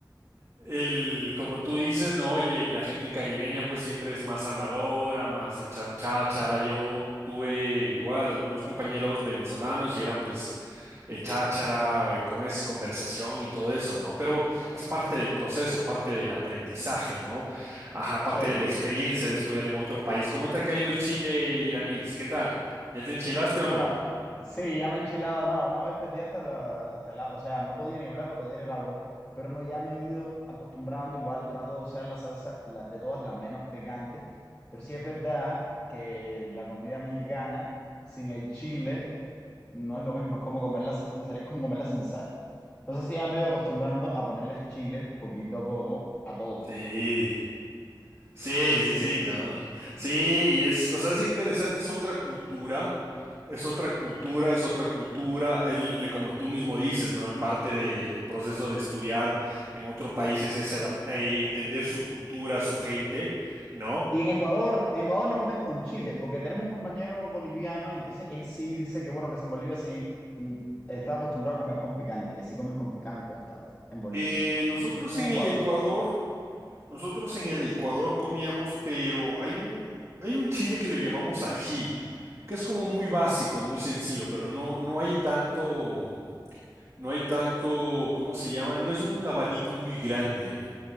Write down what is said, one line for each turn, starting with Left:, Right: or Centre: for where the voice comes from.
Right: El, como tú dices, ¿no? El- el- la gente caribeña pues siempre es más habladora, más enchan- cháchara. Yo tuve igual algunos compañeros venezolanos y eran pues eh, cháchara, eh, ¿cómo es? Conversación y todo eso, ¿no? Pero es parte del proceso, parte del aprendizaje, ¿no? Ajá, parte
Left: Sí.
Right: de la experiencia de estudiar en otro país. ¿Cómo te ha caído el Chile, Iramis? ¿Qué tal? ¿Ya te enchilaste o
Left: Bueno,
Right: no?
Left: sí, ya me he enchilado. No, una vez perdí hasta la, hasta la, o sea, no podía ni hablar para pedir el agua, pero no, ya me he ido acostumbrando. Igual trato de usar la salsa la- de todas las menos picantes, pero sí es verdad que la comida mexicana sin el chile no es lo mismo, es como comerla, es como sería como comerla sin sal. Entonces sí, ya me he ido acostumbrando a ponerle chile poquito a poco a todo.
Right: Sí. Sí,
Left: Sí,
Right: sí,
Left: sí,
Right: sí,
Left: sí,
Right: no.
Left: sí.
Right: Sí, y es, o sea, es interesante, es otra cultura, es otra cultura, es otra cultura, el, le- como tú mismo dices, ¿no? El parte del proceso de estudiar en otro país es ese adap- eh, entender su cultura, su gente, ¿no?
Left: Y en Ecuador, en Ecuador no comen con chile, porque tenemos un compañero boliviano y entonces él sí dice que bueno, que si en Bolivia sí mm, está acostumbrado a comer con picante, que sí comen con picante bastante en Bolivia.
Right: Eh, nosotros
Left: No sé si
Right: en
Left: en Ecuador.
Right: el Ecuador, nosotros en el Ecuador comíamos, pero hay un, hay un chile que le llamamos ají, que es como muy básico, muy sencillo, pero no, no hay tanto. No hay tanto, ¿cómo se llama? No es un abanico muy grande